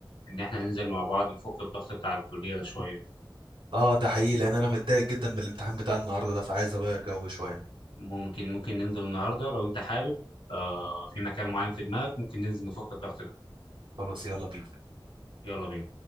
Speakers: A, on the left; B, on the right.
A: إن إحنا ننزل مع بعض نفك الضغط بتاع الكلية ده شوية
B: اه ده حقيقي لان انا متضايق جدا من الامتحان بتاع النهارده ده فعايز اغير جو شوية
A: ممكن ممكن ننزل النهاردة لو أنت حابب آه في مكان معين في دماغك ممكن ننزل نفك الضغط ده
B: خلاص يلا بينا
A: يلا بينا